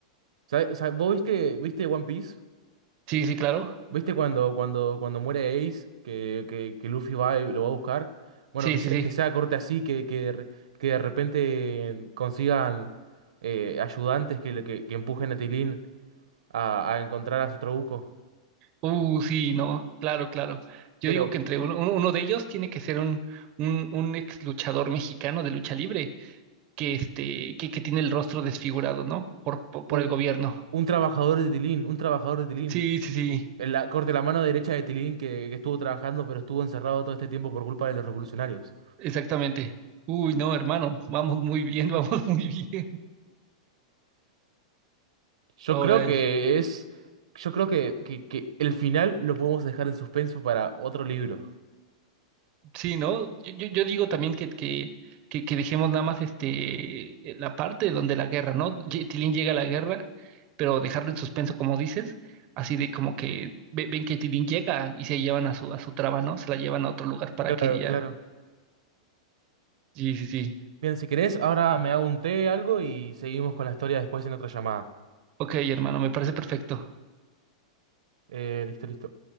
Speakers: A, on the right (about 90°); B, on the right (about 25°).
A: ¿Sabe- sabe- ¿Vos viste, viste One Piece?
B: Sí, sí, claro.
A: ¿Viste cuando, cuando, cuando muere Ace, que, que, que Luffy va y lo va a buscar? Bueno,
B: Sí,
A: que sea,
B: sí, sí.
A: que sea corte así, que, que, de re- que de repente consigan eh, ayudantes que, le- que, que empujen a Tilín a, a encontrar a su trabuco.
B: Uh, sí, no, claro, claro. Yo
A: Pero
B: digo que entre uno, uno- uno de ellos tiene que ser un, un, un ex luchador mexicano de lucha libre, que este, que, que tiene el rostro desfigurado, ¿no? Por, por, por
A: u-
B: el gobierno.
A: un trabajador de Tilín, un trabajador de Tilín.
B: Sí, sí, sí,
A: En la, corte la mano derecha de Tilín que, que estuvo trabajando pero estuvo encerrado todo este tiempo por culpa de los revolucionarios.
B: exactamente. Uy, no, hermano, vamos muy bien, <laughs> vamos muy bien.
A: Yo
B: Ahora,
A: creo que es... Yo creo que, que, que el final lo podemos dejar en suspenso para otro libro.
B: Sí, ¿no? Yo, yo, yo digo también que, que, que, que dejemos nada más este eh, la parte donde la guerra, ¿no? Ye- Tilín llega a la guerra, pero dejarlo en suspenso, como dices, así de como que ve- ven que Tilín llega y se llevan a su, a su traba, ¿no? Se la llevan a otro lugar para
A: Claro,
B: que ella.
A: claro.
B: Sí, sí, sí.
A: Bien, si querés, ahora me hago un té, algo y seguimos con la historia después en otra llamada.
B: Ok, hermano, me parece perfecto.
A: Eh, listo, listo.